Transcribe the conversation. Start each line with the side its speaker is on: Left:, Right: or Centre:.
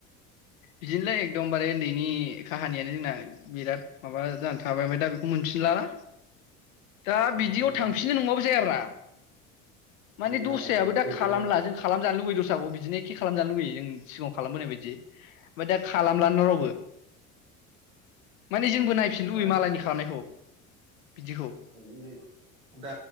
Left: बिदिनोलै एकदमबारे ओन्दैनि काहानियानो जोंना बिराद माबा जा थाबाय दा ओमफ्राय दा मोनफिनलाना? दा
Right: बेबायदि
Left: बिदियाव थांफिननो नंबाबो जायाब्रा। माने
Right: जाबावनांगौ
Left: दस्रायाबो दा
Right: गैला
Left: खालामला
Right: मा
Left: जों खालामजानो लुबैयो दस्रखौबो बिदिनो खि खालामजानो लुबैयो जों सिगाङाव खालामबोनाय बायदि। दा खालामलानो रावबो। <unintelligible> माने जोंबो नायफिन लुबै
Right: दा
Left: मालायनि खालामनायखौ। बिदिखौ
Right: <unintelligible> दा